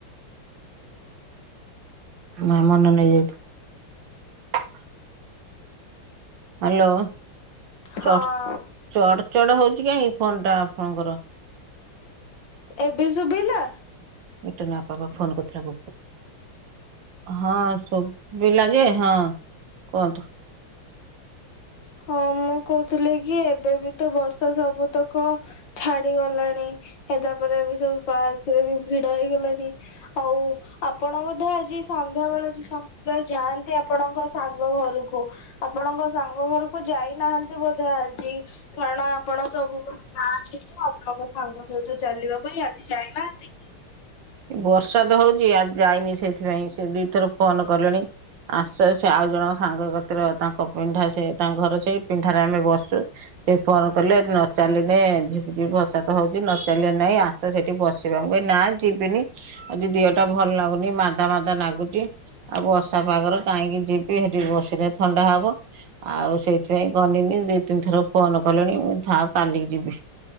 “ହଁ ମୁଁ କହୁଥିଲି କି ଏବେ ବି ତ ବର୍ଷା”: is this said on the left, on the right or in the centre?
Left